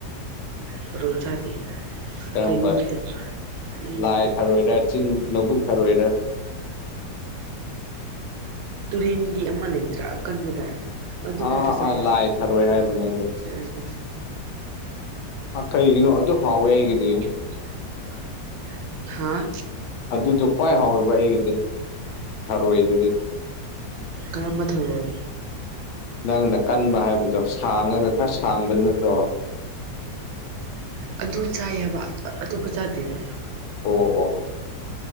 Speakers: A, on the right (about 80°); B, on the left (about 70°).
A: ꯊꯔꯣꯏ ꯆꯥꯗꯦ
B: ꯀꯔꯝꯕ
A: ꯀꯩꯅꯣꯒꯤꯗ ꯎ
B: ꯂꯥꯏ ꯊꯔꯣꯏꯔ ꯆꯤꯡ ꯂꯧꯕꯨꯛ ꯊꯥꯔꯣꯏꯔ
A: ꯇꯨꯔꯦꯟꯒꯤ ꯑꯃ ꯂꯩꯇ꯭ꯔꯥ ꯑꯀꯟꯕꯗꯣ ꯗꯨꯈ
B: ꯑꯥ
A: ꯊꯁ
B: ꯑꯥ ꯂꯥꯏ ꯊꯔꯣꯏ ꯍꯥꯏꯕꯅꯦ ꯑꯗꯣ
A: ꯎ
B: ꯀꯩꯒꯤꯅꯣ ꯑꯗꯨ ꯍꯥꯎꯋꯦ ꯍꯥꯏꯒꯤꯗꯤ
A: <unintelligible> ꯍꯥꯥ
B: ꯑꯗꯨꯁꯨ ꯈ꯭ꯋꯥꯏ ꯍꯥꯎꯋꯦꯕ ꯑꯩꯒꯤꯗꯤ ꯍꯔꯣꯏꯗꯗꯤ
A: ꯀꯔꯝꯕ ꯊꯧꯔꯣꯏ
B: ꯅꯪꯅ ꯀꯟꯕ ꯍꯥꯏꯕꯗꯣ ꯁꯥꯡꯉꯒ ꯈꯔ ꯁꯥꯡꯕꯗꯨ ꯅꯠꯇ꯭ꯔꯣ
A: ꯑꯗꯨ ꯆꯥꯏꯕ ꯑꯇꯣꯞꯄ ꯆꯥꯗꯦꯕ
B: ꯑꯣ ꯑꯣ ꯑꯣ